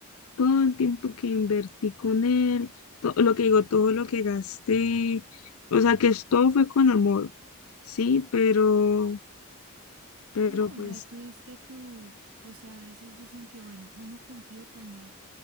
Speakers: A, on the left; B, on the right.
A: todo el tiempo que invertí con él, to- lo que digo, todo lo que gasté, o sea, que es- todo fue con amor, sí, pero, pero
B: No, o
A: pues,
B: sea, tú tuviste tu, o sea, a veces dicen que, bueno, uno cumplió con dar